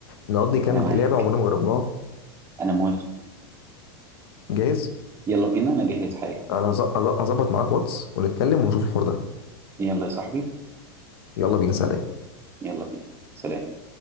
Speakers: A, on the left; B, on the right.
A: نقضي كام
B: انا معاك
A: لعبه عمرنا ما جربناها
B: انا موافق
A: جاهز
B: يلا بينا انا جاهز حالا
A: انا هظ- هظ- هظبط معاك واتس ونتكلم ونشوف الحوار ده
B: يلا يا صاحبي
A: يلا بينا سلام
B: يلا بينا سلام